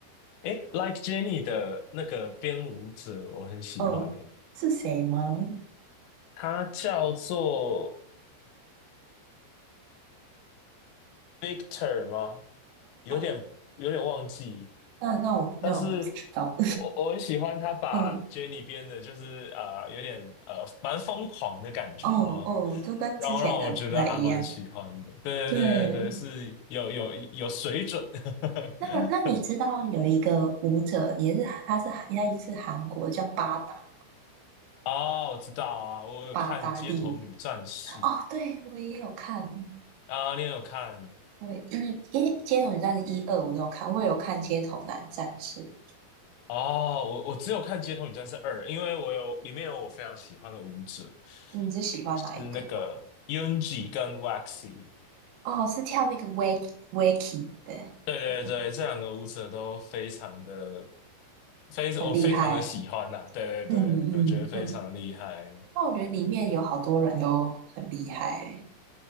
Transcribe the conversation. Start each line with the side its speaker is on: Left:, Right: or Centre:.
Left: 诶，Like Jenny 的那个编舞者，我很喜欢诶，
Right: 嗯，是谁吗？
Left: 他叫做 Victor 吗？有点有点忘记，
Right: 哦，那那我那我不知道。
Left: 但是我我我很喜欢他把
Right: <laughs> 嗯，
Left: Jenny 编的，就是啊有点呃蛮疯狂的感觉哦，
Right: 哦哦，就跟之前的不太一样。
Left: 然后让我觉得还蛮喜欢的。对对对对对，
Right: 对，
Left: 是有有有水准的。
Right: 那那你知道有一个舞者也是，
Left: <laughs>
Right: 他是他也是韩国的，叫八达
Left: 啊，我知道啊，我有看《街头女战士》
Right: 八达利。哦，对，我也有看。
Left: 啊，你也有看？
Right: 对，一为街头女战的一二我都有看，我也有看街头男战士。
Left: 哦，我我只有看《街头女战士二》，因为我有里面有我非常喜欢的舞者，
Right: 你是喜欢哪一个吗
Left: 是那个 Yunji 跟 Waxy。
Right: 哦，是跳那个 wake wakey，对对对
Left: 对对对，这两个舞者都非常的非我非常的喜欢呐、
Right: 很厉害。
Left: 对对对，
Right: 嗯嗯嗯，
Left: 我觉得非常厉害
Right: 那我觉得里面有好多人都很厉害。